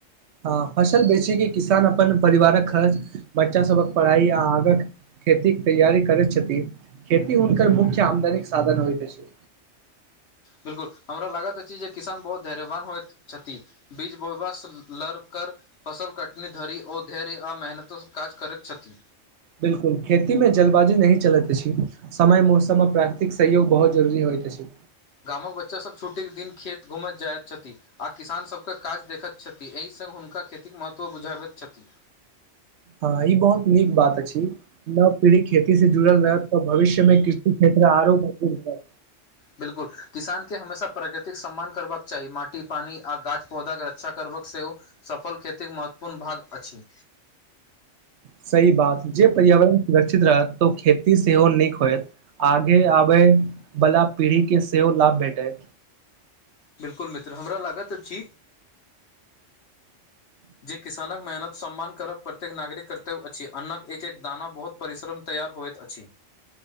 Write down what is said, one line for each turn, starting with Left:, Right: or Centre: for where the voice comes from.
Right: हँ फसल बेचि के किसान अपन परिवारक खर्च बच्चा सबक पढ़ाई आ आगक खेतीक तैयारी करैत छथि खेती हुनकर मुख्य आमदनीके साधन होइत अछि
Left: बिल्कुल हमरा लागत अछि जे किसान बहुत धैर्यवान होइत छथि बीज बोबस लड़ कर फसल कटनी धरि ओ धैर्य आ मेहनतसँ काज करैत छथि
Right: बिल्कुल खेती मे जल्दबाजी नही चलैत अछि। समय मौसम आ प्राकृतिक सहयोग बहुत जरूरी होइत अछि।
Left: गामक बच्चासभ छुट्टीके दिन खेत घूमैत जाइत छथि। आ किसान सभके काज देखत छथि एहि सङ्ग हुनका खेतीक महत्व बुझाबैत छथि
Right: हँ ई बहुत नीक बात अछि नव पीढ़ी खेती से जुड़ल रहत तऽ भविष्य मे कृषि क्षेत्र आरो प्रसिद्ध होयत।
Left: बिल्कूल किसान के हमेशा प्रकृतिक सम्मान करबाक चाही माटि पानी आ गाछ पौधा कऽ के रक्षा करबाक सेहो सफल खेती कऽ महत्वपूर्ण भाग अछि
Right: सही बात जे पर्यावरण सुरक्षित रहत तऽ ओ खेती सेहो नीक होयत। आगे आबे बाला पीढ़ी के सेहो लाभ भेटय
Left: बिल्कुल मित्र हमरा लागत छी।
Right: हा
Left: जे किसानक मेहनत सम्मान करब प्रत्येक नागरिक कर्तव्य अछि अन्न कऽ एक एक दाना बहुत परिश्रम तैयार होइत अछि।